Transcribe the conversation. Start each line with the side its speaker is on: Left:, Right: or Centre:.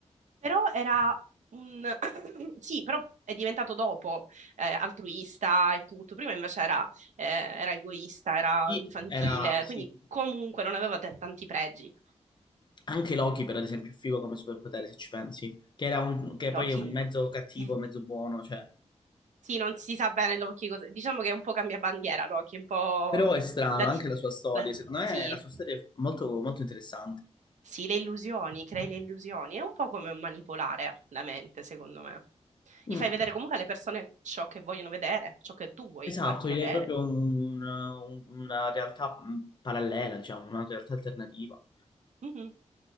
Right: Però era un... <coughs> <clears throat> sì, però è diventato dopo eh, altruista e tutto. Prima invece era, eh, era egoista, era
Left: Sì,
Right: infantile,
Left: era, sì.
Right: quindi comunque non aveva t- tanti pregi.
Left: Anche Loki, per ad esempio, è figo come superpotere, se ci pensi. Che, era un, che
Right: Loki,
Left: poi è un mezzo cattivo,
Right: il-
Left: mezzo buono, cioè...
Right: sì, non si sa bene Loki cosa... Diciamo che è un po' cambia bandiera Loki, è un po'...
Left: Però è strano
Right: La...
Left: anche
Right: di-
Left: la sua storia,
Right: la-
Left: secondo me
Right: Sì,
Left: la sua storia è molto, molto interessante.
Right: Sì, le illusioni, crei le illusioni. È un po' come manipolare la mente, secondo me.
Left: Mm,
Right: Gli fai vedere comunque alle persone ciò che vogliono vedere, ciò che tu vuoi
Left: esatto,
Right: fargli
Left: direi
Right: vedere.
Left: proprio un- un- una realtà mm, parallela, diciamo, una realtà alternativa.
Right: Mhm.